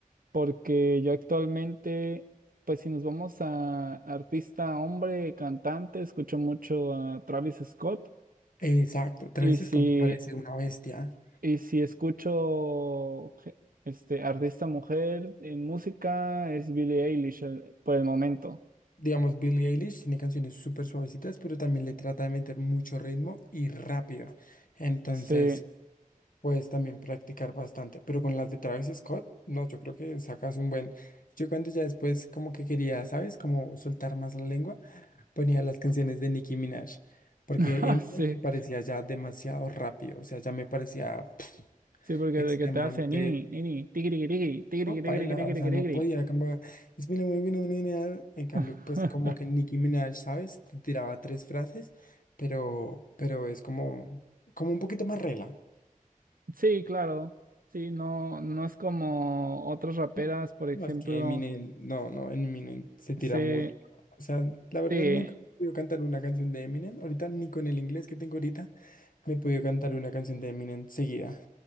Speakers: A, on the right (about 80°); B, on the left (about 75°).
A: porque yo actualmente, pues si nos vamos a artista, hombre, cantante, escucho mucho a Travis Scott.
B: Exacto, Travis
A: Y si
B: Scott me parece una bestia.
A: Y si escucho je- este artista mujer en música, es Billie Eilish el- por el momento.
B: Digamos, Billie Eilish tiene canciones súper suavecitas, pero también le trata de meter mucho ritmo y rápido. Entonces,
A: Sí,
B: puedes también practicar bastante. Pero con las de Travis Scott, no, yo creo que sacas un buen. Yo cuando ya después como que quería, ¿sabes? Como soltar más la lengua, ponía las canciones de Nicki Minaj. Porque
A: <laughs> Ah,
B: Eminem
A: sí,
B: me parecía ya demasiado rápido, o sea, ya me parecía
A: sí, porque
B: extremadamente
A: de que te hace nini, nini, tigri, tigri, tigri,
B: no, paila,
A: tigri,
B: o
A: tigri,
B: sea, no
A: tigri.
B: podía. Como, es mi muy bien, En cambio,
A: <laughs>
B: pues como que Nicki Minaj, ¿sabes? Te tiraba tres frases, pero, pero es como, como un poquito más rela.
A: Sí, claro. Sí, no, no es como otras raperas,
B: No,
A: por ejemplo,
B: no, es que Eminem, no, no, Eminem se tira
A: se,
B: mucho. O sea, la verdad
A: sí
B: nunca he podido cantar una canción de Eminem. Ahorita ni con el inglés que tengo ahorita me he podido cantar una canción de Eminem seguida.